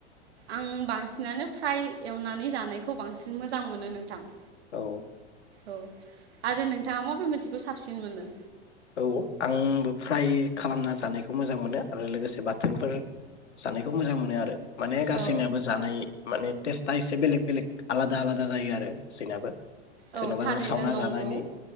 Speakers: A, on the right; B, on the left.
A: आं बांसिनानो फ्राय एवनानै जानायखौ बांसिन मोजां मोनो नोंथां।
B: औ
A: औ आरो नोंथाङा मबे मोनसेखौ साबसिन मोनो?
B: औ आंबो फ्राय खालामना जानायखौ मोजां मोनो आरो लोगोसे बाथोनफोर जानायखौ मोजां मोनो आरो। माने
A: औ
B: गासैनाबो जानाय माने टेस्टा एसे बेलेग बेलेग आलादा आलादा जायो आरो सैनाबो।
A: औ
B: जेन'बा
A: थारैनो
B: जों सावना
A: नंगौ
B: जानायनि